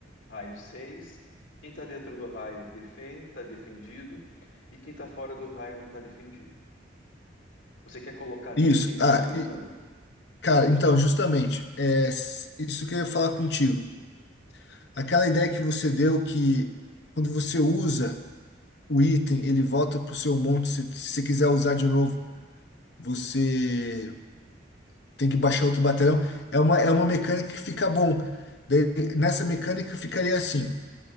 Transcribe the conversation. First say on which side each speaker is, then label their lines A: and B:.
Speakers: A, on the left; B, on the left.
A: raio 6. Quem está dentro do raio defende, está defendido, e quem está fora do raio não está defendido. Você quer colocar níveis
B: isso. Ah,
A: aí
B: e,
A: ou não?
B: cara, então, justamente, é, s- isso que eu ia falar contigo. Aquela ideia que você deu que quando você usa o item, ele volta pro seu monte. Se se você quiser usar de novo, você tem que
A: Tem
B: baixar
A: que,
B: outro batalhão. É uma, é uma mecânica que fica bom. Daí, nessa mecânica ficaria assim: